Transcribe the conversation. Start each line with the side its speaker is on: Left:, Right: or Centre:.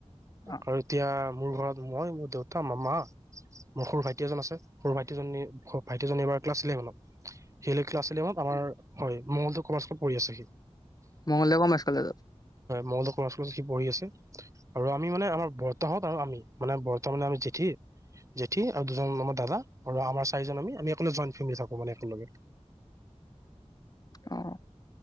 Left: অ
Right: আৰু এতিয়া। মোৰ ঘৰত মই মোৰ দেউতা মোৰ মা মোৰ সৰু ভাইটি এজন আছে সৰু ভাইটিজনী ভাইটি এজন এইবাৰ ক্লাছ ইলেভেনত। শিল ক্লাছ এলেভত আমাৰ হয় মঙলদৈ কমা পঢ়ি আছে সি
Left: মঙলদৈ কমাৰ্চ কলেজত
Right: মংগল পঢ়ি আছে আৰু আমি মানে আমাৰ বৰতাহঁত আৰু আমি মানে বৰত মানে আমি জেঠী জেঠী আৰু দুজন আমাৰ দাদা আৰু আমাৰ চাৰিজন আমি আমি জইন ফেমিলি থাকো মানে একেলগে।
Left: অ